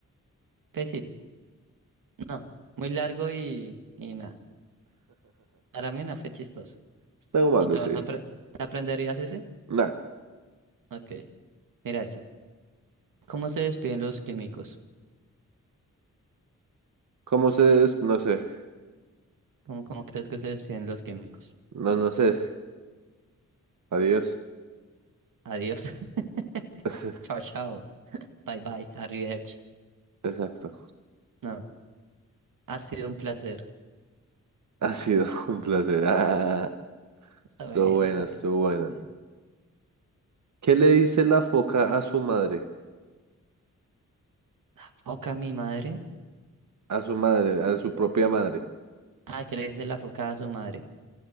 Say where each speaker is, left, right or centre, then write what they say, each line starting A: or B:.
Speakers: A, on the right; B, on the right.
A: Pues sí, no. Muy largo y, y nada. Para mí no fue chistoso.
B: Está malo,
A: ¿No te
B: sí.
A: vas a apre- ¿te aprenderías ese?
B: Nah,
A: Ok. Mira ese. ¿Cómo se despiden los químicos?
B: ¿cómo se des- No sé.
A: ¿Cómo, cómo crees que se despiden los químicos?
B: No, no sé. Adiós.
A: Adiós. <laughs>
B: <laughs>
A: Chao, chao. Bye, bye. Arrivederci.
B: Exacto.
A: No, ha sido un placer.
B: Ha sido <laughs> un placer. Ah,
A: Está
B: estuvo
A: bien,
B: buena,
A: está
B: estuvo buena.
A: bien. Eh,
B: ¿Qué le dice la foca a su madre?
A: ¿La foca a mi madre?
B: A su madre, a su propia madre.
A: Ah, ¿qué le dice la foca a su madre?